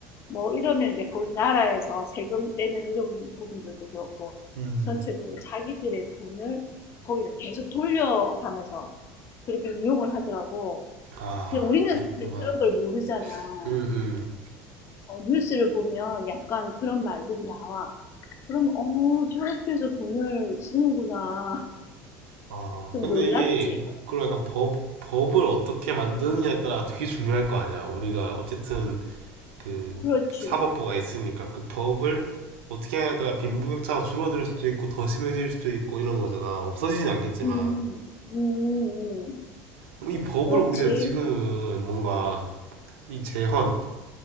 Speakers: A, on the left; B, on the right.
A: 뭐 이러면 이제 거기 나라에서 세금 떼는 이런 부분들도 그렇고
B: 음.
A: 전체적으로 자기들의 돈을 거기다 계속 돌려가면서 그렇게 이용을 하더라고.
B: 아,
A: 근데 우리는
B: 그렇구만.
A: 사실 그런 걸 모르잖아.
B: 음, 음.
A: 어, 뉴스를 보면 약간 그런 말들이 나와. 그럼, 어, 저렇게 해서 돈을 쓰는구나. <laughs>
B: 아,
A: 좀
B: 근데
A: 놀랍지.
B: 이게, 그러니까 법, 법을 어떻게 만드느냐에 따라 되게 중요할 거 아니야. 우리가 어쨌든 그
A: 그렇지.
B: 사법부가 있으니까 그 법을 어떻게 하냐에 따라 빈부격차가
A: 음,
B: 줄어들 수도 있고 더 심해질 수도 있고 이런 거잖아. 없어지진 않겠지만.
A: 음, 음, 음.
B: 그럼 이 법을
A: 그렇지.
B: 우리가 지금은 뭔가 이 재헌,